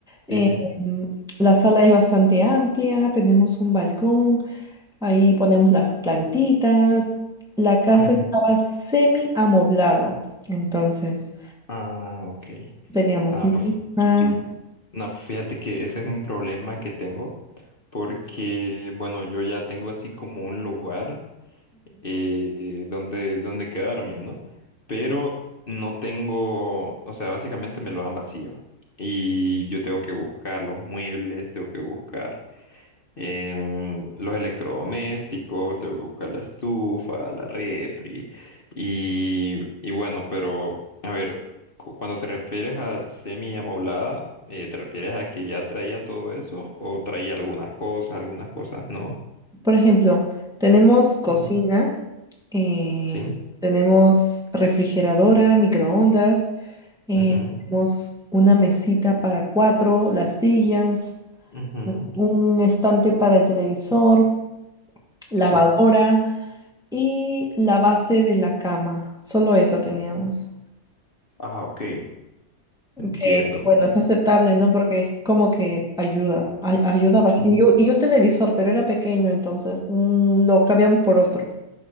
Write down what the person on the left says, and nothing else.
Sí, sí.
ujú.
Ah, ok.
Nada,
pues sí. nada pues fíjate que ese es un problema que tengo porque, bueno, yo ya tengo así como un lugar eh, donde, donde quedarme, ¿no? Pero no tengo, o sea, básicamente me lo dan vacío y yo tengo que buscar los muebles, tengo que buscar. em, los electrodomésticos, te busca la estufa, la refri y, y bueno, pero a ver, cu- cuando te refieres a semi amoblada, eh, ¿te refieres a que ya traía todo eso o traía algunas cosas, algunas cosas no?
Ujú.
Sí,
mhm,
mhm,
sí,
ah, ok, entiendo,
sí,